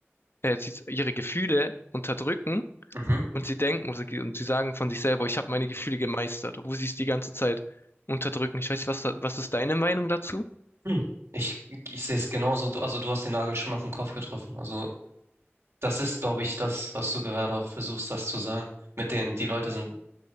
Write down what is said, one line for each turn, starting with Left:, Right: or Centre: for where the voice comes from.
Left: äh, sie- ihre Gefühle unterdrücken
Right: mhm.
Left: und sie denken und sie, und sie sagen von sich selber, ich habe meine Gefühle gemeistert, obwohl sie es die ganze Zeit unterdrücken. Ich weiß nicht, was, da, was ist deine Meinung dazu?
Right: Hm. Ich, ich sehe es genauso. Du, also, du hast den Nagel schon auf den Kopf getroffen. Also, das ist, glaube ich, das, was du gerade auch versuchst, das zu sagen. Mit denen, die Leute sind